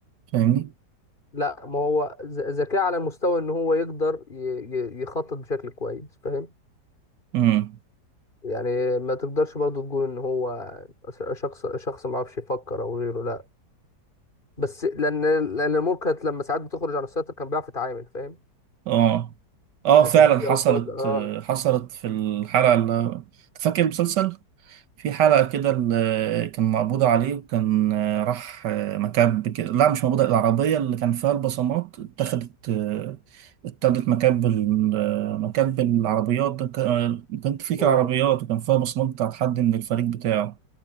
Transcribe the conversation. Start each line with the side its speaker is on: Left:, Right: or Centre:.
Right: فاهمني
Left: لا ما هو ذ- ذكاء على مستوى ان هو يقدر ي- ي- يخطط بشكل كويس فاهم
Right: امم
Left: يعني ما تقدرش برضو تقول ان هو شخص شخص ما عرفش يفكر او غيره لا بس لان لان الامور كانت لما ساعات بتخرج عن السيطره كان بيعرف يتعامل فاهم
Right: اه اه
Left: يعني
Right: فعلا
Left: كان في
Right: حصلت
Left: اوقات اه
Right: حصلت في الحلقة اللي فاكر المسلسل في حلقة كده اللي كان مقبوض عليه وكان آه، راح مكب كده لا مش مقبوض العربية اللي كان فيها البصمات اتخذت آه، اتخذت مكب ال- مكب العربيات ده كان كانت في كده
Left: مم.
Right: عربيات وكان فيها بصمات بتاعت حد من الفريق بتاعه